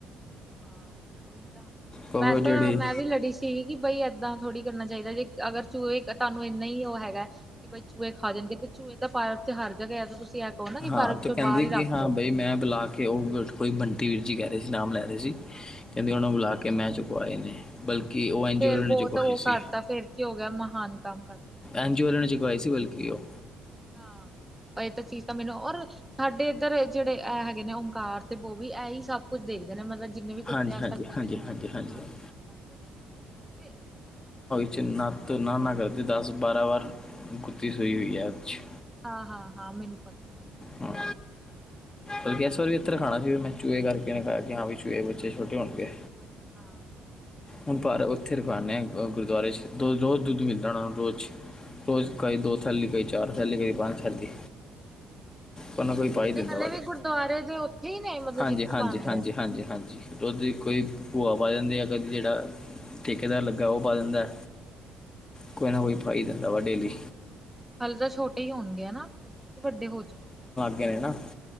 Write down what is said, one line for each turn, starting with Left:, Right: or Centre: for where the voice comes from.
Centre: ਹਾਂ ਉਹੀ ਤਾਂ
Left: ਕਹੋ
Centre: ਮੈਂ
Left: ਜਿਹੜੀ
Centre: ਤਾਂ ਮੈਂ ਵੀ ਲੜੀ ਸੀ। ਕਿ ਬਈ ਇੱਦਾਂ ਥੋੜ੍ਹੀ ਕਰਨਾ ਚਾਹੀਦਾ ਜੇ ਅਗਰ ਚੂਹੇ ਤੁਹਾਨੂੰ ਇੰਨਾ ਹੀ ਉਹ ਹੈਗਾ। ਕਿ ਬਈ ਚੂਹੇ ਖਾ ਜਾਂਣਗੇ ਚੂਹੇ ਦਾ ਪਾਰਕ ਤੇ ਹਰ ਜਗ੍ਹਾ ਹੈ ਤੁਸੀਂ ਕਹੋ ਨਾ ਕਿ
Left: ਹਾਂ
Centre: ਪਾਰਕ
Left: ਤੇ
Centre: ਚੋਂ
Left: ਕਹਿੰਦੀ
Centre: ਬਾਹਰ ਹੀ
Left: ਕਿ
Centre: ਰੱਖ
Left: ਹਾਂ
Centre: ਦੋ।
Left: ਬਈ ਮੈਂ ਬੁਲਾ ਕੇ ਉਹ ਕੋਈ ਬੰਟੀ ਵੀਰ ਜੀ ਕਹਿ ਰਹੇ ਸੀ ਨਾਮ ਲੈ ਰਹੇ ਸੀ।
Centre: ਹਾਂ ਹਾਂ ਹਾਂ
Left: ਕੈਂਦੀ ਉਹਨਾਂ ਨੂੰ ਬੁਲਾ ਕੇ ਮੈਂ ਚੁਕਵਾਏ ਨੇ ਬਲਕਿ ਉਹ ਐਨਜੀਓ
Centre: ਫੇਰ
Left: ਵਾਲੇ
Centre: ਬਹੁਤ
Left: ਨੇ ਚੁਕਵਾਏ
Centre: ਉਹ
Left: ਸੀ
Centre: ਕਰਤਾ ਫੇਰ ਕੀ ਹੋ ਗਿਆ ਮਹਾਨ ਕੰਮ ਕਰਤਾ ਜਿਹੜਾ ਸੁਣਾਈ
Left: ਐਨਜੀਓ
Centre: ਜਾ
Left: ਵਾਲਿਆਂ ਨੇ
Centre: ਰਹੀ
Left: ਚੁਕਵਾਈ ਸੀ ਬਲਕੀ ਉਹ
Centre: ਹਾਂ ਇਹ ਤਾਂ ਚੀਜ਼ ਤਾਂ ਮੈਨੂੰ ਔਰ ਸਾਡੇ ਇੱਧਰ ਜਿਹੜੇ ਇਹ ਹੈਗੇ ਨੇ ਓਂਕਾਰ ਤੇ ਬੋਬੀ ਇਹ ਹੀ ਸਭ ਕੁੱਝ ਦੇਖਦੇ ਨੇ ਮਤਲਬ ਜਿੰਨੇ ਵੀ ਕੁੱਤੇ
Left: ਹਾਂਜੀ
Centre: ਅਜ
Left: ਹਾਂਜੀ
Centre: ਤੱਕ ਮਾਰੇ
Left: ਹਾਂਜੀ
Centre: ਨੇ ਨਾ
Left: ਹਾਂਜੀ
Centre: ਇਹੀ ਦਫਨਾ
Left: ਹਾਂਜੀ ਹਾਂਜੀ।
Centre: ਦਫਨੋਂ ਕੇ ਆਉਂਦੇ ਨੇ ਤੇ
Left: ਜਿੰਨਾ ਤੁਰਨਾ ਨਾ ਮੈਂ ਘਰਦੇ ਦਸ ਬਾਰਾਂ ਵਾਰ ਕੁਤੀ ਸੁਈ ਹੋਈ ਐ 'ਚ
Centre: ਹਾਂ ਹਾਂ ਹਾਂ ਮੈਨੂੰ ਪਤਾ। ਇਹ ਚੀਜ਼
Left: ਹਾਂ
Centre: ਦਾ ਹੂੰ
Left: ਬਲਕਿ ਇਸ ਵਾਰੀ ਵੀ ਤਰਖਾਣਾ ਵਿੱਚ ਵੀ ਚੂਹੇ ਕਰਕੇ ਲਗਾਇਆ ਵੀ ਕਿ ਹਾਂ ਬਾਈ ਚੂਹੇ ਬੱਚੇ ਛੋਟੇ ਹੋਣਗੇ,
Centre: ਚੂਹੇ ਦੇ ਹਾਂ ਹਾਂ ਛੋਟੇ
Left: ਹੁਣ ਪਰ ਉੱਥੇ
Centre: ਨੇ
Left: ਪਾਉਨੇ ਆ ਗੁਰਦੁਆਰੇ 'ਚ, ਦੋ ਰੋਜ਼ ਦੁੱਧ ਮਿਲਦਾ ਉਹਨਾਂ ਨੂੰ ਰੋਜ਼ ਰੋਜ਼ ਕਈ
Centre: ਅੱਛਾ
Left: ਦੋ ਥੈਲੀ ਕਈ ਚਾਰ ਥੈਲੀ, ਕਦੇ ਪੰਜ ਥੈਲੀ ਕੋਈ ਨਾ ਕੋਈ ਪਾਈ ਦਿੰਦਾ
Centre: ਤੇ ਹਲੇ
Left: ਵਾ ਜੀ
Centre: ਵੀ ਗੁਰਦੁਆਰੇ ਦੇ ਉੱਥੇ ਹੀ ਨੇ, ਮਤਲਬ
Left: ਹਾਂਜੀ
Centre: ਜਿੱਥੇ
Left: ਹਾਂਜੀ
Centre: ਬਣ ਰਿਹਾ
Left: ਹਾਂਜੀ ਹਾਂਜੀ ਦੁੱਧ ਕੋਈ ਭੂਆ ਪਾ ਜਾਂਦੀ ਆ ਕਦੇ ਜਿਹੜਾ, ਠੇਕੇਦਾਰ ਲੱਗਾ ਉਹ ਪਾ ਜਾਂਦਾ ਕੋਈ ਨਾ ਕੋਈ ਪਾਈ ਜਾਂਦਾ ਵਾ, ਡੇਲੀ
Centre: ਹੱਲ ਤਾਂ ਛੋਟੇ ਹੀ ਹੋਣਗੇ ਨਾ, ਕਿ ਵੱਡੇ ਹੋ ਚੁੱਕੇ।
Left: ਕਹਿ ਰੇ ਨਾ-